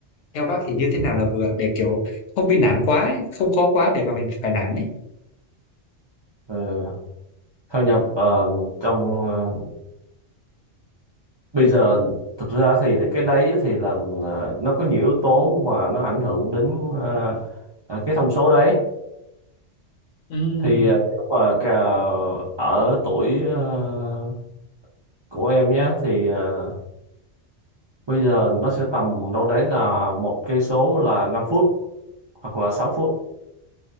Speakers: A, on the left (about 75°); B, on the right (about 45°).
A: theo bác thì như thế nào là vừa để kiểu không bị nản quá ấy, không khó quá để mà mình phải nản ấy
B: ừ. thôi nhầm ờ, trong ờ, bây giờ thực ra thì cái đấy thì là là nó có nhiều yếu tố mà nó ảnh hưởng đến ờ, ờ, cái thông số đấy
A: ừ
B: thì ờ, nếu mà cả ở tuổi ờ, của em nhé thì ờ, bây giờ nó sẽ tầm đâu đấy là một cây số là 5 phút hoặc là sáu phút